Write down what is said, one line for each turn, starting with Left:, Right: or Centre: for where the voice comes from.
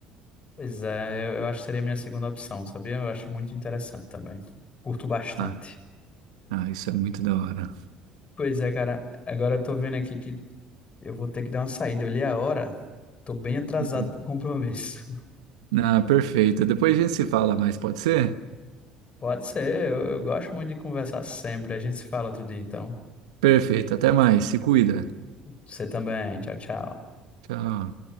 Left: Pois é, eu, eu acho que seria a minha segunda opção, sabia? Eu acho muito interessante também. Curto bastante.
Right: Ah, ah, isso é muito da hora.
Left: Pois é, cara, agora eu tô vendo aqui que eu vou ter que dar uma saída. Eu li a hora, tô bem atrasado
Right: Uhum.
Left: pro compromisso.
Right: Ah, perfeito. Depois a gente se fala mais, pode ser?
Left: Pode ser, eu eu gosto muito de conversar sempre. A gente se fala outro dia, então.
Right: Perfeito. Até mais. Se cuida.
Left: Você também. Tchau, tchau.
Right: Tchau.